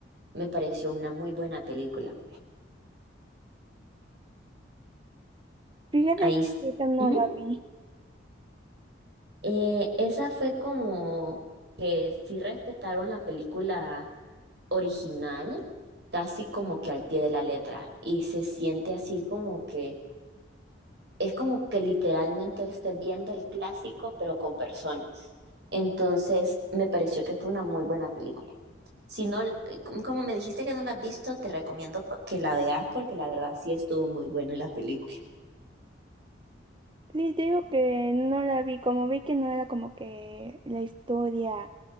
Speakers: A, on the right; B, on the right.
A: Me pareció una muy buena película.
B: Fíjate
A: Ahí s-
B: que esa no
A: Ujú.
B: la vi.
A: eh, esa fue como que sí respetaron la película original, casi como que al pie de la letra, y se siente así como que es como que literalmente estés viendo el clásico, pero con personas. Entonces, me pareció que fue una muy buena película. Si no, eh, como me dijiste que no la has visto, te recomiendo que la veas porque la verdad sí estuvo muy buena la película.
B: Sí, te digo que no la vi, como vi que no era como que la historia,